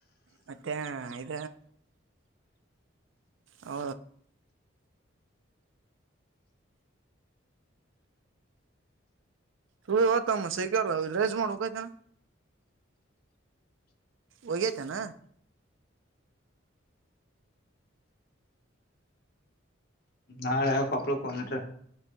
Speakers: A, on the right (about 75°); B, on the left (about 50°).
A: ಮತ್ತೆ ಇ ಹ ಸುತಮ್ಮ ಸೈಕ್ಯ ರೇಜ ಮಾಡ್ ಹೋಗಾಯ್ತಾ ಒಯತ ನ
B: ನಾಳ ಕಪಳ ಕೊನ್ಟ್ರ